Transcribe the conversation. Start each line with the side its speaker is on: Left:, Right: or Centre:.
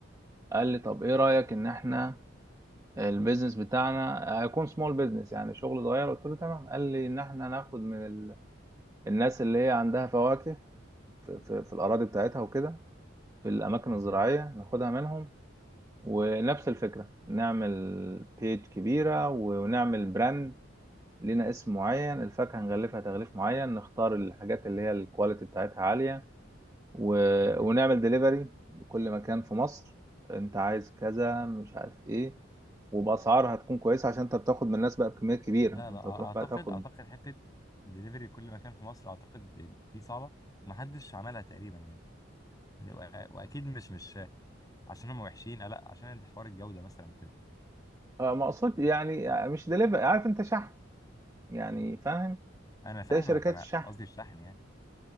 Right: قال لي طب ايه رأيك ان احنا البيزنس بتاعنا هيكون سمول بيزنس يعني شغل صغير قلت له تمام قال لي ان احنا ناخد من ال... الناس اللي هي عندها فواكه في, في, في الاراضي بتاعتها وكده في الاماكن
Left: مهم.
Right: الزراعية ناخدها منهم ونفس الفكرة نعمل بيج كبيرة ونعمل براند لينا اسم معين الفاكهة نغلفها تغليف معين نختار الحاجات اللي هي الكواليتي بتاعتها عالية و...
Left: مهم.
Right: ونعمل ديليفري لكل مكان في مصر انت عايز كذا مش عارف ايه وباسعار هتكون كويسه عشان انت بتاخد من الناس بقى بكميات كبيره
Left: لا لا
Right: انت
Left: أ-
Right: تروح
Left: اعتقد
Right: بقى تاخد
Left: اعتقد حته دليفري كل مكان في مصر اعتقد دي صعبه ومحدش عملها تقريبا يعني لا، وأ- واكيد مش مش عشان هم وحشين لا عشان الحوار الجوده مثلا كده
Right: آه، مقصود يعني آه، مش ديليفري عارف انت شحن يعني فاهم
Left: انا فاهمك
Right: زي شركات
Left: انا
Right: الشحن
Left: قصدي الشحن يعني